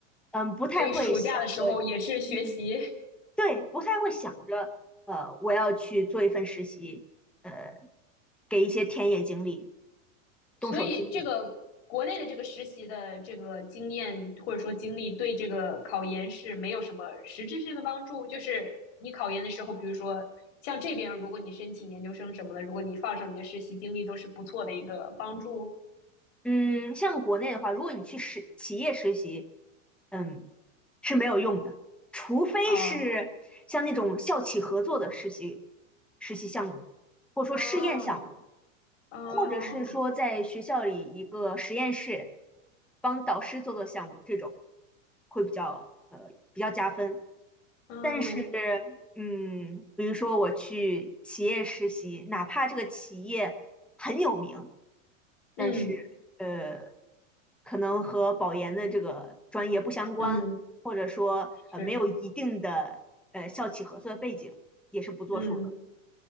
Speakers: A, in the centre; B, on the left.
A: 嗯，不太会想着，
B: 所以暑假的时候也是学习，
A: 嗯。对，不太会想着，呃，我要去做一份实习，呃，给一些田野经历、动手经历。
B: 所以这个国内的这个实习的这个经验或者说经历，对这个考研是没有什么实质性的帮助。就是你考研的时候，比如说像这边，如果你申请研究生什么的，如果你放上你的实习经历，都是不错的一个帮助
A: 嗯，像国内的话，如果你去实企业实习，嗯，是没有用的，除非是像那种校企合作的实习
B: 啊。
A: 实习项目，或者说试验项目。
B: 哦哦，
A: 或者是说在学校里一个实验室，帮导师做做项目，这种会比较呃比较加分。
B: 嗯
A: 但是，嗯，比如说我去企业实习，哪怕这个企业很有名，
B: 嗯
A: 但是呃，可能和保研的这个专业不相关，
B: 嗯，
A: 或者说呃没有一定的呃校企合作的背景，
B: 是
A: 也是不作数的。
B: 嗯。